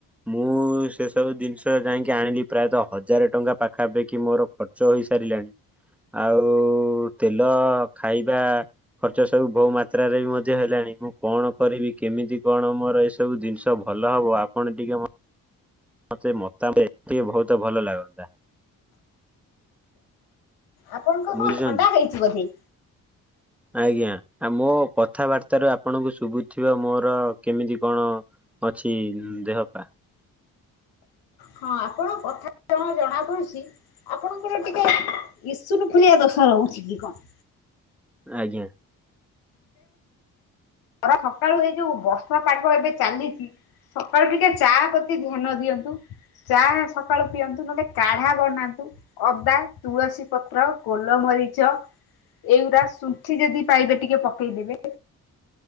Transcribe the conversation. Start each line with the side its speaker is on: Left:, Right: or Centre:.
Centre: ମୁଁ ସେ ସବୁ ଜିନିଷ ଯାଇକି ଆଣିଲି ପ୍ରାୟତଃ ହଜାର ଟଙ୍କା ପାଖାପାଖି ମୋର ଖ ଚ ହେଇସାରିଲାଣି ଆଉ ତେଲ ଖାଇବା। ଖର୍ଚ୍ଚ ସବୁ ବହୁ ମାତ୍ରାରେ ବି ମଧ୍ୟ ହେଲାଣି ମୁଁ କଣ କରିବି କେମିତି କଣ ମୋର ଏ ସବୁ ଜିନିଷ ଭଲ ହବ ଆପଣ ଟିକେ ମତେ ମତା ବହୁତ ଭଲ ଲାଗନ୍ତା।
Left: ଆପଣଙ୍କ
Centre: ବୁଝୁଛନ୍ତି।
Left: କଣ ଥଣ୍ଡା ହେଇଛିିବ ବୋଧେ?
Centre: ଆଜ୍ଞା ଆଉ ମୋ କଥାବାର୍ତା ର ଆପଣଙ୍କୁ ଶୁଭୁଥିବ ମୋର କେମିତି କଣ? ଅଛି ଦେହ ପା
Left: ହଁ ଆପଣ କଥା ତାପ ଆପଣଙ୍କର ଟିକେ ଈସନ ଫଲିଆ ଦୋଷ ରହୁଛି କି କଣ?
Centre: ଆଜ୍ଞା।
Left: ଖରା ସକାଳୁ ଏଇ ଯୋଉ ବର୍ଷା ପାଗ ଏବେ ଚାଲିଛି। ସକାଳୁ ଟିକେ ଚା ପ୍ରତି ଧ୍ୟାନ ଦିଅନ୍ତୁ। ଚା ସକାଳୁ ପିଅନ୍ତୁ ନହେଲେ କାଢ଼ା ବନାନ୍ତୁ। ଅଦା ତୁଳସୀ ପତ୍ର ଗୋଲମରିଚ ଏଇଗୁଡ଼ା ଶୁଣ୍ଠି ଯଦି ପାଇବେ ଟିକେ ପକେଇ ଦେବେ